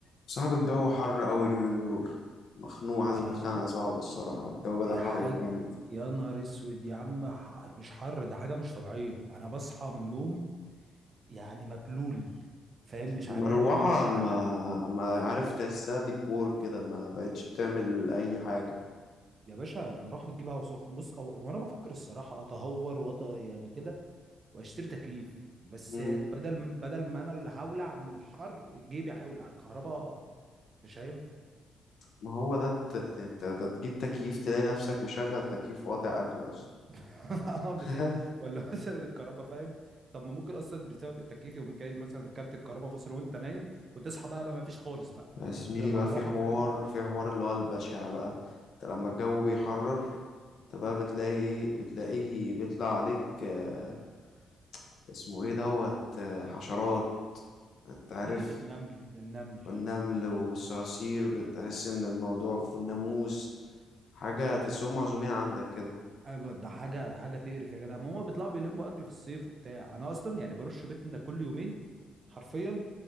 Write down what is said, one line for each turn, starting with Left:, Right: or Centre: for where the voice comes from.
Left: صعب الجو حر أول يومين دول مخنوق حاسس
Right: ده
Left: بخنقة صعبة الصراحة الجو
Right: دي
Left: بدأ حر
Right: حاجة
Left: جامد
Right: يا نهار اسود يا عم ح- مش حر ده حاجة مش طبيعية انا بصحى من النوم يعني مبلول فاهم مش
Left: مروحة
Right: عرقان مبلول
Left: ما
Right: عرق
Left: ما عارف تحسها ديكور كده ما بقتش بتعمل أي حاجة
Right: يا باشا المروحة بتجيب هوا سخن بص أو- هو انا بفكر الصراحة اتهور وأط يعني كده واشتري تكييف بس
Left: مم.
Right: بدل بدل ما انا اللي هولع من الحر جيبي هيولع الكهرباء مش هينفع
Left: ما هو ده ت- ت- ت- ده تجيب تكييف تلاقي نفسك مشغل تكييف وقاطع أكل أصلا
Right: <laughs> اعمل
Left: <laughs>
Right: ايه ولا <laughs> مثلا الكهرباء فاهم طب ما ممكن اصلا بسبب التكييف يقوم جاي مثلا كارت الكهرباء فاصل وانت نايم وتصحى بقى بقى ما فيش خالص بقى
Left: يا زميلي
Right: لا مروحه
Left: بقى في حوار
Right: فاهم
Left: في حوار اللي هو البشع بقى انت لما الجو بيحرر انت بقى بتلاقي ايه بتلاقيه بيطلع عليك آه، اسمه ايه دوت آه، حشرات انت عارف
Right: ايه النمل النمل
Left: والنمل والصراصير بتحس ان الموضوع في الناموس حاجة تحسهم معزومين عندك كده
Right: أنا ب- ده حاجه حاجه تقرف يا جدع ما هما بيطلعوا بيلموا اكل في الصيف وبتاع انا اصلا يعني برش بيتنا كل يومين حرفيا